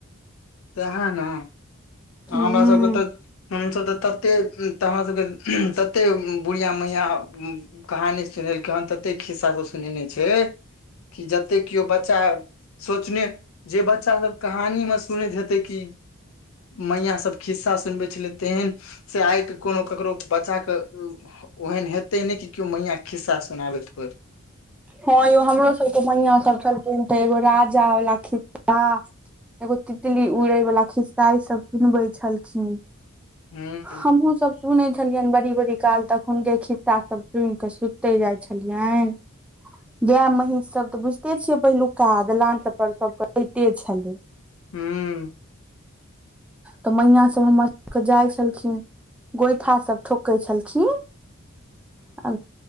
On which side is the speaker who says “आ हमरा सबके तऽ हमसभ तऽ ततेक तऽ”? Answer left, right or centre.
Left